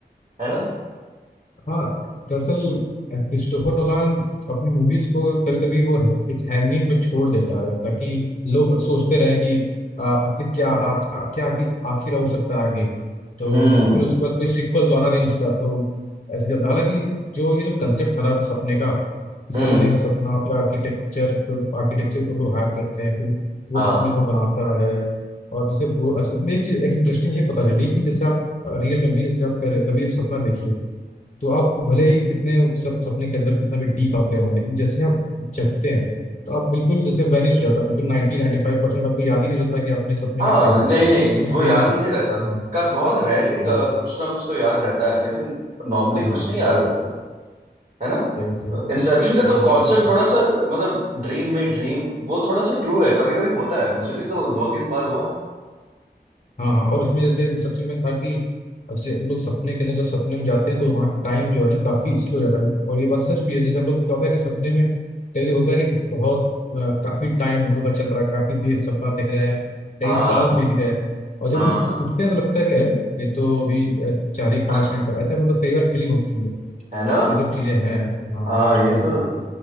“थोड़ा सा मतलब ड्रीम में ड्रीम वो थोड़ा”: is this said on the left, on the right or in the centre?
Right